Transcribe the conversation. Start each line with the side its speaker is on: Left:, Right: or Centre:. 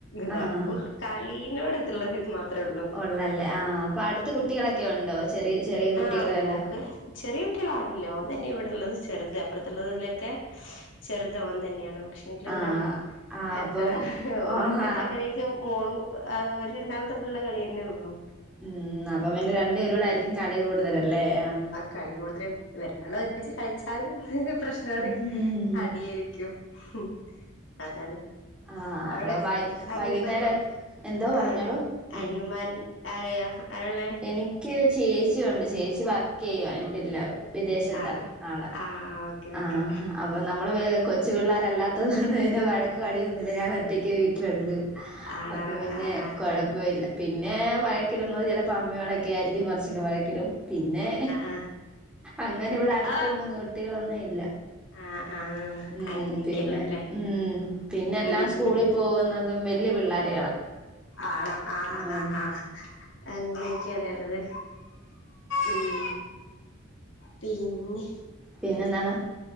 Left: എന്താ
Centre: ആഹ്
Left: ഫുൾ കളീനോട് ഇതള്ളൊര്ത് മാത്രേയൊള്ളൂ
Centre: ഒള്ളല്ലേ? ആ അപ്പൊ അടുത്ത് കുട്ടികളൊക്കെയുണ്ടോ? ചെറിയ ചെറിയ കുട്ടികള്
Left: ആഹ്
Centre: വല്ലാ
Left: മോക്ക് ചെറിയ കുട്ടികളാരുല്ല ഓന് തന്നെ ഇവിടെള്ളത് ചെറുത് അപ്പുറത്ത്ള്ളതിലൊക്കെ ചെറ്ത് ഓൻ തന്നെയാണ്. പക്ഷേങ്കിലെന്താ
Centre: ആഹ് ആഹ്
Left: കച്ചറ
Centre: അപ്പം
Left: ഓനൊറ്റക്ക്‌
Centre: ഓഹ്
Left: അങ്ങനയെക്കെ മോളും ഒര് രണ്ടാളും തമ്മിലുള്ള കളിയെന്നൊള്ളു.
Centre: ഉം അപ്പം പിന്നെ രണ്ടു പേരും കൂടെ ആയിരിക്കും കളി കൂടുതലല്ലേ? ആ
Left: കളി കൂടുതല് ഇവര് രണ്ടാളും ഒരുമിച്ച് കളിച്ചാലും പ്രശ്നാണ്
Centre: ഉം
Left: അടിയായിരിക്കും. ഉം അതാണ്
Centre: ആഹ്
Left: അവിടെ
Centre: അപ്പ വൈ
Left: അനിയന്മാര്
Centre: വൈകുന്നേരക്കെ എന്തോ പറഞ്ഞോളു
Left: ഉം
Centre: ഉം
Left: അനിയന്മാര് ആരെയാ ആരാള്ളെ
Centre: എനി ക്ക് ചേച്ചിയുണ്ട് ചേച്ചി വർക്കെയ്യാണ് ഇവിടെയില്ലാ വിദേശത്താ
Left: ആണോ
Centre: ആള്
Left: ആ ഓക്കെ
Centre: ആ
Left: ഓക്കെ
Centre: അപ്പ അപ്പൊ നമ്മള് കൊച്ചു പിള്ളോരല്ലാത്തത് കൊണ്ട് പിന്നെ വഴക്കും അടിയൊന്നുല്ല ഞാനൊറ്റയ്ക്കെ വീട്ടിലൊള്ളു
Left: ആണോ
Centre: അപ്പ പിന്നെ
Left: ആ ആ ആ
Centre: കൊഴപ്പവില്ല പിന്നെ വഴക്കിടുന്നത് ചെലപ്പോ അമ്മയോടൊക്കെയായിരിക്കും കുറച്ചൊക്കെ വഴക്കിടും. പിന്നെ
Left: ആ
Centre: അങ്ങനെവിടെ അടുത്തൊന്നും
Left: ആ
Centre: കുട്ടികളൊന്നുവില്ല
Left: ആ ആ
Centre: ഉം
Left: അങ്ങനെയൊക്കെയള്ളതല്ലേ
Centre: പിന്നെ ഉം പിന്നെല്ലാം
Left: ഉം
Centre: സ്കൂളില്
Left: ഉം
Centre: പോകുന്നതും വല്ല്യ പിള്ളോരുകളാ
Left: ആണോ ആ
Centre: ആഹ്
Left: ആ
Centre: പി
Left: ആ അങ്ങനെയെക്കേലെയ്ള്ളത്? ഉം പിന്നെ
Centre: പിന്നെന്താണ്